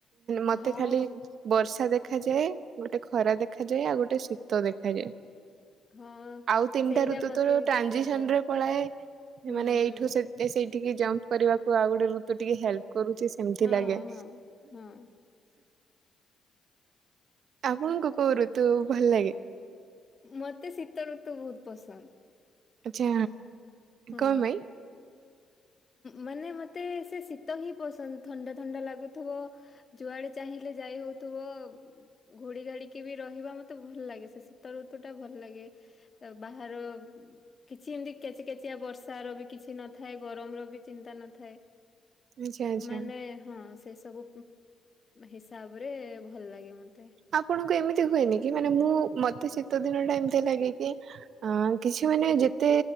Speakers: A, on the right; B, on the left.
A: ମତେ
B: ହଁ
A: ଖାଲି ବର୍ଷା ଦେଖାଯାଏ, ଗୋଟେ ଖରା ଦେଖାଯାଏ ଆଉ ଗୋଟେ ଶୀତ ଦେଖାଯାଏ।
B: ହଁ।
A: ଆଉ ତିନିଟା
B: ସେଇଟା
A: ଋତୁ
B: ମତେ
A: ତ
B: ବି
A: ଟ୍ରାଞ୍ଜିସନ
B: ଦେଖାଯାଏ
A: ରେ ପଳାଏ। ସେ
B: ହୁଁ
A: ମାନେ
B: ହୁଁ
A: ଏଇଠୁ ସେ ସେଇଠିକି ଜମ୍ପ କରିବାକୁ ଆଉ ଗୋଟେ ଋତୁ ଟିକେ ହେଲ୍ପ କରୁଛି ଏମତି
B: ହଁ
A: ଲାଗେ।
B: ହଁ। ହଁ
A: ଆପଣଙ୍କୁ କୋଉ ଋ ତୁ ଭଲ ଲାଗେ?
B: ମତେ ଶୀତ ଋତୁ ବହୁତ ପସନ୍ଦ।
A: ଆଚ୍ଛା,
B: ହଁ।
A: କଣ ପାଇଁ?
B: ମାନେ ମତେ ସେ ଶୀତ ହିଁ ପସନ୍ଦ, ଥଣ୍ଡା ଥଣ୍ଡା ଲାଗୁଥିବ ଯୁଆଡେ ଚାହିଁଲେ ଯାଇ ହଉଥିବ। ଘୋଡି ଘାଡିକି ବି ରହିବା ମତେ ଭଲ ଲାଗେ ସେ ଶୀତ ଋତୁ ଟା ଭଲ ଲାଗେ। ବାହାର କିଛି ଏମିତି କେଚିକଚିଆ ବର୍ଷାର ବି କିଛି ନଥାଏ। ଗର ମ ର ବି ଚିନ୍ତା ନଥାଏ।
A: ଆଚ୍ଛା ଆଚ୍ଛା।
B: ମାନେ ହଁ, ସେ ସବୁ ହିସାବରେ ଭଲ ଲାଗେ ମତେ।
A: ଆପଣଙ୍କୁ ଏମିତି ହୁଏନି କି ମାନେ ମୁଁ ମତେ ଶୀତ ଦିନ ଟା ଏମତି ଲାଗେ କି ଅ କିଛି ମାନେ ଯେତେ